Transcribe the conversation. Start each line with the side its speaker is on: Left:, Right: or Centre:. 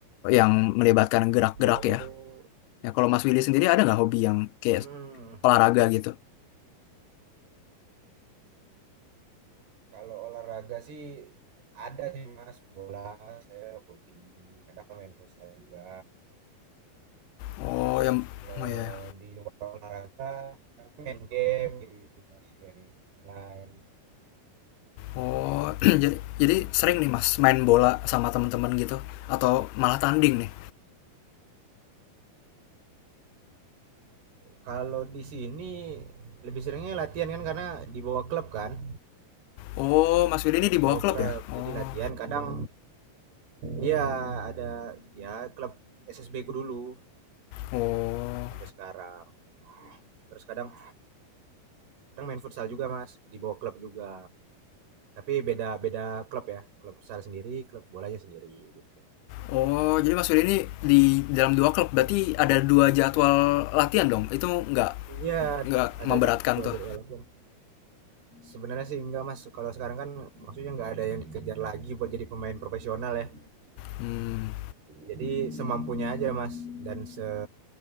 Left: yang melibatkan gerak-gerak
Right: Oh,
Left: ya. Ya kalau Mas Willy sendiri ada nggak hobi yang kayak
Right: hmm,
Left: olahraga gitu?
Right: kalau olahraga sih ada sih Mas, bola saya hobi, kadang main futsal juga.
Left: Oh,
Right: Terus
Left: yang,
Right: kalau
Left: oh ya.
Right: di luar olahraga, kan main game gitu Mas, game online.
Left: Oh, <clears throat> jadi, jadi sering nih Mas main bola sama teman-teman gitu atau malah tanding nih.
Right: Kalau di sini lebih seringnya latihan kan karena dibawa klub kan,
Left: Oh, Mas Willy ini di
Right: dibawa
Left: bawah klub
Right: klub.
Left: ya? Oh.
Right: Jadi latihan kadang Iya, ada ya klub SSB ku dulu
Left: Oh.
Right: sampai sekarang. Terus kadang kadang main futsal juga, Mas, di bawah klub juga. Tapi beda-beda klub ya. Klub futsal sendiri, klub bolanya sendiri. gitu.
Left: Oh, jadi Mas Willy ini di dalam dua klub berarti ada dua jadwal latihan dong. Itu nggak
Right: Iya,
Left: nggak
Right: ada
Left: memberatkan
Right: jad- dua
Left: tuh.
Right: jadwal latihan. Sebenarnya sih enggak, Mas. Kalau sekarang kan maksudnya enggak ada yang dikejar lagi buat jadi pemain profesional ya.
Left: Hmm.
Right: Jadi semampunya aja, Mas. Dan se